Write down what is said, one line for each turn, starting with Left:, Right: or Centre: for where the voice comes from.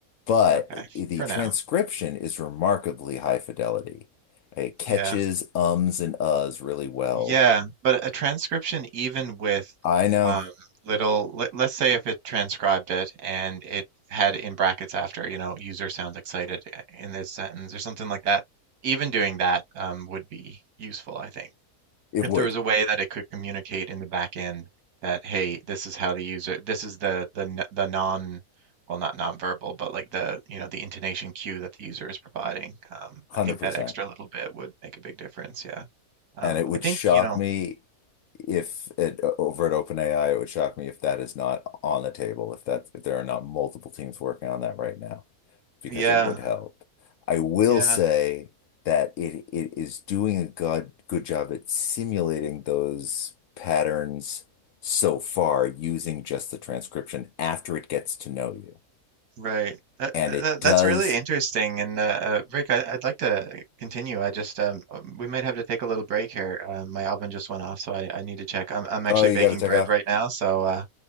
Left: But
Right: Okay,
Left: i- the
Right: for
Left: transcription
Right: now.
Left: is remarkably high fidelity. It catches
Right: Yeah.
Left: ums and uhs really well.
Right: Yeah, but a transcription, even with
Left: I know
Right: um, little, let, let's say if it transcribed it and it had in brackets after, you know, user sounds excited uh, in this sentence or something like that, even doing that um, would be useful, I think.
Left: it
Right: If
Left: would,
Right: there was a way that it could communicate in the back end that, hey, this is how the user, this is the the n- the non, well, not nonverbal, but like the, you know, the intonation cue that the user is providing. Um,
Left: 100%.
Right: I think that extra little bit would make a big difference. Yeah. Um,
Left: And it would
Right: I think,
Left: shock
Right: you know,
Left: me if it uh, over at OpenAI, it would shock me if that is not on the table, if that if there are not multiple teams working on that right now, because
Right: Yeah,
Left: it would help. I will
Right: yeah,
Left: say that it it is doing a good good job at simulating those patterns so far using just the transcription after it gets to know you.
Right: right. That,
Left: And
Right: that,
Left: it
Right: that-
Left: does.
Right: that's really interesting. And uh, uh, Rick, I, I'd like to continue. I just um, um, we might have to take a little break here. Um, my oven just went off, so I, I need to check. I'm I'm actually
Left: Oh, you
Right: baking
Left: got to take
Right: bread
Left: off.
Right: right now, so uh,